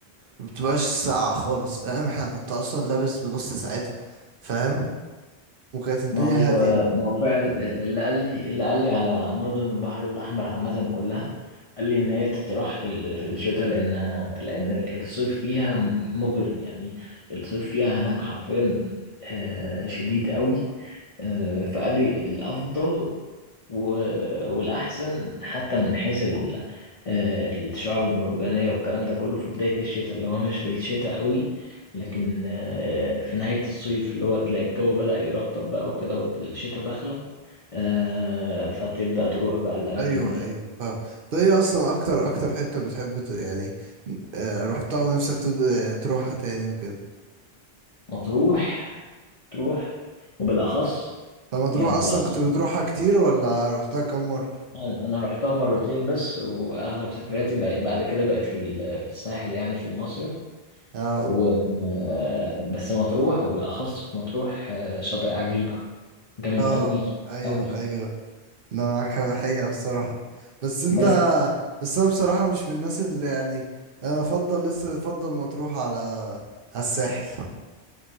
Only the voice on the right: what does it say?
ما بتبقاش ساقعة خالص فاهم احنا كنت اصلا لابس بنص ساعتها فاهم وكانت الدنيا
هادية
ايوه
ايوه فاهم طيب ايه اصلا اكتر اكتر حتة بتحب ت... يعني آه، رحتها ونفسك تب- آه، تروحها تاني وكده
طب ما تروح
اصلا
كنت بتروحها كتير ولا رحتها كم مرة
اه
اه
ايوه
ايوه انا معاك في الحقيقة بصراحة بس انت
بس انا بصراحة مش من الناس اللي يعني انا افضل لسه افضل مطروح على على الساحل